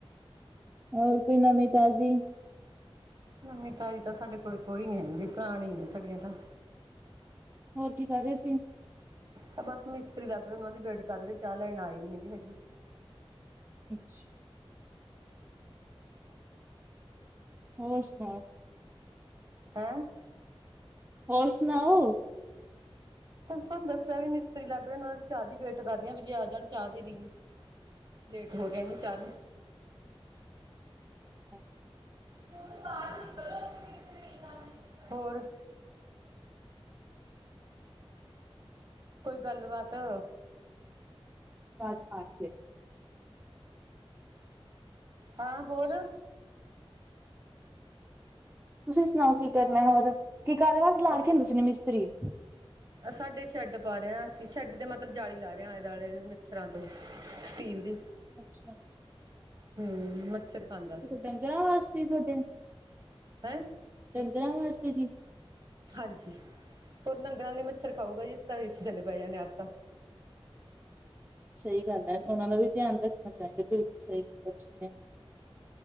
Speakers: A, on the right; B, on the right.
A: ਹੋਰ ਕੋਈ ਨਮੀ ਤਾਜ਼ੀ?
B: ਨਵਮੀਂ ਤਾਜ਼ੀ ਤਾਂ ਸਾਡੇ ਕੋਲ ਕੋਈ ਨੀ ਹੈਗੀ ਪੁਰਾਣੀ ਨੇ ਸਾਡੀਆਂ ਤਾਂ।
A: ਹੋਰ ਕੀ ਕਰ ਰਹੇ ਸੀ?
B: ਸ ਬਸ ਮਿਸਤਰੀ ਲੱਗ ਰਹੇ ਉਹ ਦੀ ਵੇਟ ਕਰ ਰ ਚਾਹ ਲੈਣ ਆਏ ਨੀ ਹੈਗੇ ਹਜੇ।
A: ਅੱਛਾ। ਹੋਰ ਸੁਣਾਓ?
B: ਹੈਂ
A: ਹੋਰ ਸੁਣਾਓ?
B: ਤੁਹਾਨੂੰ ਦੱਸਿਆ ਵੀ ਮਿਸਤਰੀ ਲੱਗ ਰਹੇ ਨੇ ਉਹ ਚਾਹ ਦੀ ਵੇਟ ਕਰਦੀ ਵੀ ਜੇ ਆ ਜਾਣ ਚਾਹ ਦੇਦੀਏ। ਲੇਟ ਹੋ ਰਹੇ ਨੇ ਚਾਹ
A: ਅੱਛਾ।
B: <unintelligible> ਹੋਰ। ਕੋਈ ਗੱਲਬਾਤ ਆ।
A: ਆਵਾਜ਼ ਆ ਰਹੀ ਹੈ।
B: ਹਾਂ ਬੋਲ।
A: ਤੁਸੀਂ ਸੁਣਾਓ? ਕੀ ਕਰਨਾ ਹੋਰ, ਕੀ ਕਾਹਦੇ ਵੈਸੇ ਲਾ
B: ਅੱਛਾ
A: ਰੱਖੇ ਨੇ ਤੁਸੀ ਮਿਸਤਰੀ?
B: ਸਾਡੇ ਸ਼ੈੱਡ ਪਾ ਰਹੇ ਆ ਅਸੀਂ ਸ਼ੈੱਡ ਤੇ ਮਤਲਬ ਜਾਲੀ ਲਾ ਰਹੇ ਆ ਆਲੇ-ਦੁਆਲੇ ਮੱਛਰਾਂ ਤੋਂ ਸਟੀਲ ਦੀ।
A: ਅੱਛਾ।
B: ਹਮ, ਮੱਛਰ ਖਾਂਦਾ ਸੀ
A: ਇਹ ਡੰਗਰਾਂ ਵਾਸਤੇ ਹੀ ਤੁਹਾਡੇ
B: ਹੈਂ।
A: ਡੰਗਰਾਂ ਵਾਸਤੇ ਜੀ
B: ਹਾਂਜੀ, ਹੋਰ ਡੰਗਰਾਂ ਦੇ ਮੱਛਰ ਖਾਊਗਾ ਅਸੀਂ ਤਾਂ ਏ ਸੀ ਥੱਲੇ ਪੈ ਜਾਣੇ ਆਪ ਤਾਂ
A: ਸਹੀ ਗੱਲ ਹੈ, ਤੇ ਉਹਨਾਂ ਦਾ ਵੀ ਧਿਆਨ ਰੱਖਣਾ ਚਾਹੀਦਾ ਬਿਲਕੁਲ ਸਹੀ ਬੈਠੇ ਨੇ